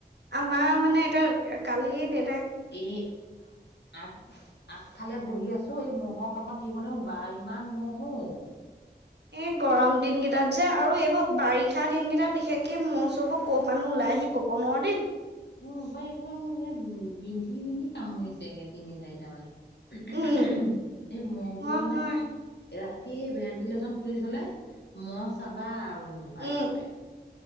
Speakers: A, on the right; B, on the left.
A: আমাৰ মানে এতিয়া। কালি দে
B: এই আঠ আগফালে বহি আছোঁ‌। এই মহ'ৰ কামত থাকিব নে বা ইমান মহ ও <inaudible>
A: এ গৰম দিন কেইটাত যে আৰু এইবোৰ বাৰিষা দিনকেইটাত বিশেষকে মৌ চব ক' পানো ওলাই আহি কব নোৱাৰো দেই।
B: উ একেবাৰে মোৰ উ বিন্ধি বিন্ধি কামুৰিছে একে তিনি চাৰিটা মানে। ওহ
A: উম
B: ওহ ওহ এই মহবোৰ
A: হয়
B: মানে
A: হয়
B: ৰাতি। টি ভেণ্টিলেচন খুলি থলে ম চাবা আৰু সেইসোপা
A: উম
B: একেবাৰে